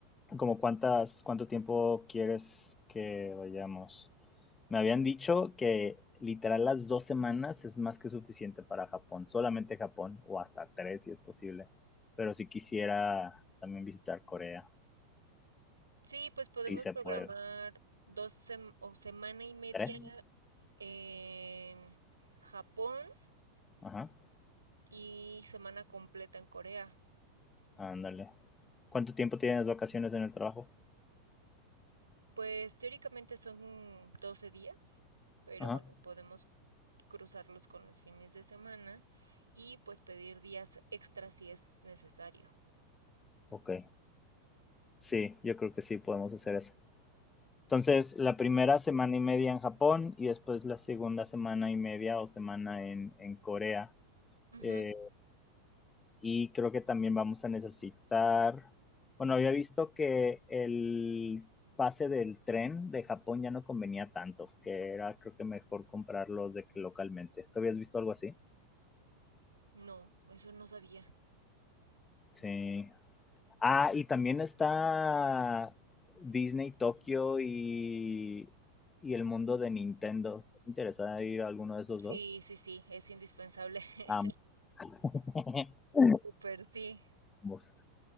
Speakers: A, on the left; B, on the right.
A: como cuántas, cuánto tiempo quieres que vayamos. Me habían dicho que literal las dos semanas es más que suficiente para Japón, solamente Japón, o hasta tres si es posible. Pero si quisiera también visitar Corea,
B: Sí, pues podemos
A: si se
B: programar
A: puede.
B: dos sem- o semana y media
A: ¿Tres?
B: en Japón
A: Ajá,
B: y semana completa en Corea.
A: ándale. ¿Cuánto tiempo tienes vacaciones en el trabajo?
B: Pues teóricamente son 12 días, pero
A: Ajá,
B: bueno, podemos cruzarlos con los fines de semana y pues pedir días extra si es necesario.
A: ok. Sí, yo creo que sí podemos hacer eso. Entonces, la primera semana y media en Japón y después la segunda semana y media o semana en, en Corea.
B: Ujú.
A: Eh, y creo que también vamos a necesitar, bueno, había visto que el pase del tren de Japón ya no convenía tanto, que era creo que mejor comprarlos de que localmente. ¿Tú habías visto algo así?
B: No, eso no sabía.
A: Sí. Ah, y también está Disney Tokio y, y el mundo de Nintendo. ¿Te interesada ir a alguno de esos
B: Sí,
A: dos?
B: sí, sí, es indispensable. <laughs>
A: Ambos. <laughs>
B: Súper, sí,
A: Ambos.